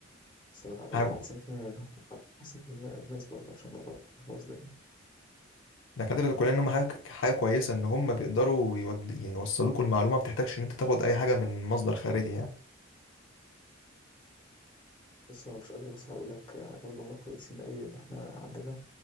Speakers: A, on the left; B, on the left.
A: الصراحة أغل
B: يعني
A: يعني 90% منهم أو حسب الم الماس برضه عشان ما ابقاش باظلم يعني،
B: دكاترة الكلية إن هم حاجة حاجة كويسة إن هم بيقدروا يود... يوصلوكوا المعلومة ما بتحتاجش إن أنت تاخد أي حاجة من مصدر خارجي يعني
A: بُص هو أنا مش قادر بصراحة أقول لك آه، برضه هُم كويسين أوي لإن إحنا عندنا